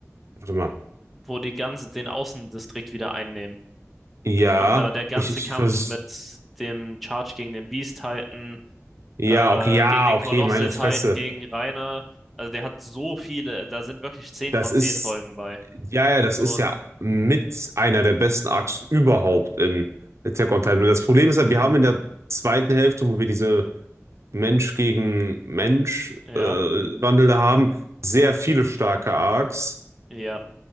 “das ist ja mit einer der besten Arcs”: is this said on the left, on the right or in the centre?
Right